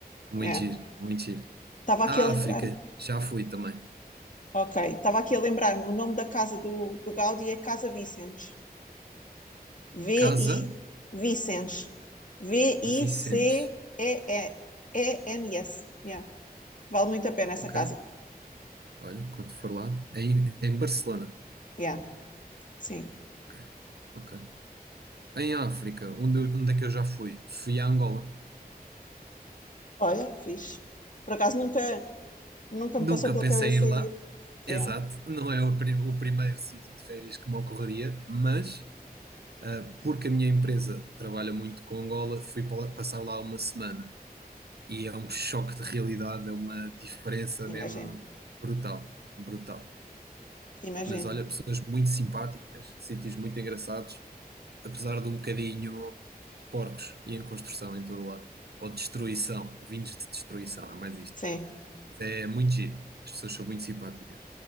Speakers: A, on the right; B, on the left.
A: Muito
B: é.
A: giro, muito giro.
B: Estava aqui
A: À
B: a lembrar
A: África, já fui também.
B: Ok, estava aqui a lembrar-me, o nome da casa do, do Gaudi é Casa Vicens. V-I
A: Casa
B: Vicens. V-I-C-E-E-N-S.
A: Vicentes.
B: Yeah. Vale muito a pena essa
A: Ok.
B: casa.
A: Olha, quando for lá, é em, é em Barcelona.
B: Yeah, sim.
A: Ok. Ok. Em África, onde, eu- onde é que eu já fui? Fui a Angola.
B: Olha, fixe. Por acaso nunca, nunca
A: Nunca
B: me passou pela
A: pensei
B: cabeça
A: em ir lá.
B: ir.
A: Exato,
B: É,
A: não é o, pri- o primeiro sítio de férias que me ocorreria, mas ah, porque a minha empresa trabalha muito com Angola, fui pa- passar lá uma semana e é um choque de realidade, é uma diferença
B: imagino,
A: mesmo brutal, brutal.
B: imagino.
A: Mas olha, pessoas muito simpáticas, sítios muito engraçados. apesar de um bocadinho porcos e em construção em todo o lado. Ou destruição, vindos de destruição, é mais isto.
B: Sim.
A: Mas é muito giro. As pessoas são muito simpáticas.